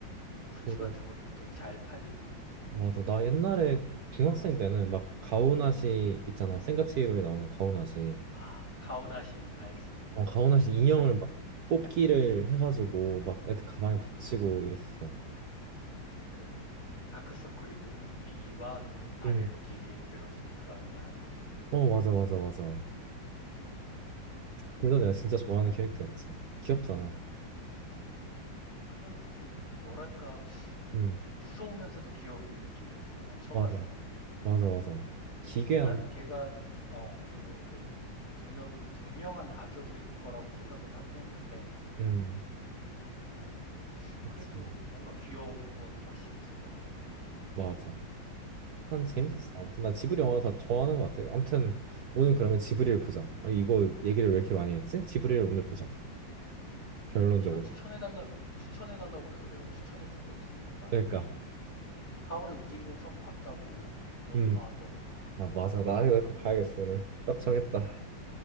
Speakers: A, on the left (about 45°); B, on the right (about 65°).
A: 굿즈
B: 그
A: 같은 것도 잘 팔리고.
B: 맞아 나 옛날에 중학생 때는 막 가오나시 있잖아 센가치히로에 나오는 가오나시
A: 아, 가오나시 알지?
B: 어 가오나시 인형을
A: 다,
B: 막 뽑기를
A: 어,
B: 해가지고 막 애들 가방에 붙이고 이랬어
A: 그 다크서클이 눈 위와 눈 아래로
B: 응
A: 길게 늘어진 그 아이 말하는 거지.
B: 어 맞아 맞아 맞아 그래서 내가 진짜
A: 어,
B: 좋아하는 캐릭터였지 귀엽잖아
A: 그 좀 뭐랄까
B: 음.
A: 무서우면서도 귀여운 느낌이었어. 난 처음
B: 맞아,
A: 봤을 때.
B: 맞아, 맞아. 기괴한,
A: 나는 걔가 어, 좀 이렇게 분명히 분명한 악역일 거라고 생각은 하긴 했는데
B: 음,
A: 어,
B: 그치.
A: 그래도 뭔가 귀여운 건 확실히 있었던 것 같아.
B: 맞아. 난 재밌었어.
A: 음.
B: 아무튼 나 지브리 영화 다 좋아하는 것 같아. 아무튼 오늘 그러면 지브리를 보자. 아, 이거 얘기를 왜 이렇게 많이 했지? 지브리를 오늘 보자. 결론적으로.
A: 네가 추천해달라, 추천해달라고 그래서 내가 추천해준 거지. 난
B: 그러니까,
A: 이미 하울의 움직이는 성 봤다고. 너
B: 음,
A: 봐, 너.
B: 아 맞아. 나 이거 그거 봐야겠어 오늘. 딱 정했다.